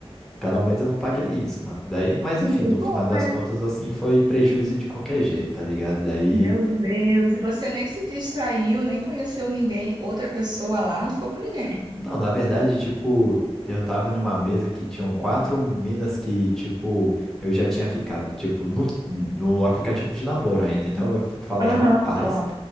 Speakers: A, in the centre; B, on the right (about 40°).
A: Pelo menos eu não paguei isso, mano. Daí, mas
B: Que
A: enfim, no
B: bom,
A: final das
B: né?
A: contas, assim, foi prejuízo de qualquer jeito, tá ligado? Daí,
B: Meu Deus. E você nem se distraiu, nem conheceu ninguém, outra pessoa lá, não ficou com ninguém.
A: não, na verdade, tipo, eu tava em uma mesa que tinham quatro minas que, tipo, eu já tinha ficado, tipo, no, no aplicativo de namoro ainda. Então eu f- falei,
B: Aham,
A: rapaz,
B: não. Aham.